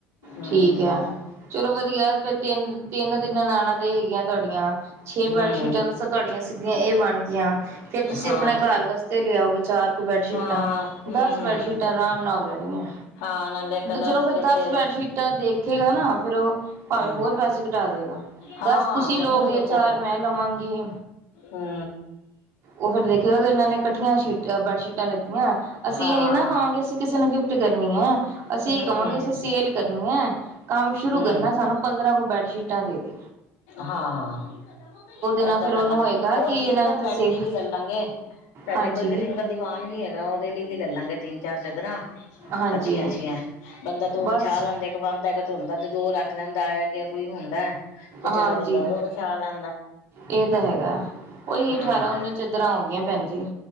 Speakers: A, on the left; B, on the right.
A: ਹੂੰ
B: ਠੀਕ ਹੈ ਚਲੋ ਵਧੀਆ ਫੇਰ ਤਿੰਨ-ਤਿੰਨ ਦਿਨ ਆਉਣਾ ਹੈਗੀਆਂ ਤੁਹਾਡੀਆਂ ਛੇ ਬੈਡ
A: ਹੂੰ
B: ਸ਼ੀਟਾਂ ਤੁਹਾਡੀਆਂ ਸਿੱਧੀਆਂ ਇਹ ਬਣ ਗਈਆ। ਫੇਰ ਤੁਸੀਂ
A: ਹਾਂ
B: ਆਪਣੇ ਘਰ ਵਾਸਤੇ ਲਿਆਓਗੇ ਚਾਰ ਕੁ ਬੈਡਸ਼ੀਟਾਂ।
A: ਹਾਂ ਹੂੰ
B: ਦਸ
A: ਹੂੰ
B: ਬੈਡਸ਼ੀਟਾਂ ਆਰਾਮ ਨਾਲ ਹੋ ਜਾਣੀਆਂ।
A: ਹਾਂ ਨਾਲੇ ਕਲਰ
B: ਚਲੋ
A: ਅੱਛੇ
B: ਫਿਰ
A: ਅੱਛੇ
B: ਦਸ
A: ਦੇ
B: ਬੈਡਸ਼ੀਟਾਂ ਦੇਖੇਗਾ ਨਾ ਫੇਰ ਉਹ ਭਾਵੇਂ
A: ਹੂੰ
B: ਹੋਰ ਪੈਸੇ ਕਟਾ ਦੇਗਾ।
A: ਹਾਂ
B: ਦੱਸ ਤੁਸੀਂ
A: ਮੈਨੂੰ
B: ਲੋਗੇ
A: ਵੀ ਬੱਚਤ
B: ਚਾਰ
A: ਹੈ
B: ਮੈਂ ਲਵਾਂਗੀ।
A: ਹੂੰ
B: ਉਹ ਫਿਰ ਦੇਖੇ ਇਹਨਾਂ ਨੇ ਇਕੱਠੀਆਂ ਸ਼ੀਟ ਬੈਡਸ਼ੀਟਾਂ ਲਿੱਤੀਆਂ ਅਸੀਂ
A: ਹਾਂ
B: ਇਹ ਨੀ ਨਾ ਕਵਾਂਗੇ ਅਸੀਂ ਕਿਸੇ ਨੂੰ ਗਿਫਟ ਕਰਨੀਆ ਅਸੀਂ
A: ਹੂੰ
B: ਇਹ ਕਹਾਂਗੇ
A: ਹੂੰ
B: ਅਸੀਂ ਸੇਲ ਕਰਨੀਆ ਕੰਮ ਸ਼ੁਰੂ
A: ਹੂੰ
B: ਕਰਨਾ ਸਾਨੂੰ ਪੰਦਰਾਂ ਕੁ ਬੈਡਸ਼ੀਟਾਂ ਦੇਦੇ।
A: ਹਾਂ
B: ਨਾਲ
A: ਏਦਾ
B: ਫਿਰ
A: ਕਰ
B: ਉਹਨੂੰ
A: ਲਾਂਗੇ,
B: ਹੋਏਗਾ
A: ਹੋਰ
B: ਕਿ
A: ਸਿੰਗਲ
B: ਇਹਨਾਂ ਨੇ
A: ਬੈਡ
B: ਤਾਂ ਸੇ
A: ਦੀ ਵੀ ਲਲਾਂਗੇ ਸਾਡੇ
B: ਹਾਂਜੀ
A: ਕੋਲ ਇੱਕ ਸਿੰਗਲ ਦੀਵਾਨ ਵੀ ਹੈਗਾ, ਉਹਦੇ ਲਈ ਵੀ ਲੈ ਲਾਂਗੇ ਤਿੰਨ ਚਾਰ ਚਾਦਰਾ।
B: ਹਾਂਜੀ
A: ਅੱਛੀਆਂ-ਅੱਛੀਆਂ ਬੰਦਾ ਦੋ
B: ਬਸ
A: ਵਿਛਾ ਲਾਦੇ ਬੰਦਾ ਇੱਕ ਧੋਂਦਾ ਤੇ ਦੋ ਰੱਖ ਲੈਂਦਾ, ਆਇਆ ਗਿਆ ਕੋਈ ਹੁੰਦਾ ਤੇ ਚਲੋ
B: ਹਾਂਜੀ
A: ਬੰਦਾ ਉਹ ਵਿਛਾਂ ਲੈਂ
B: ਇਹ ਤਾਂ ਹੈਗਾ, ਉਹੀ
A: ਹਾਂ।
B: ਅਠਾਰਾਂ-ਉੱਨੀ ਚੱਦਹੋ ਰਾਂ ਗਈਆਂ ਭੈਣ ਜੀ।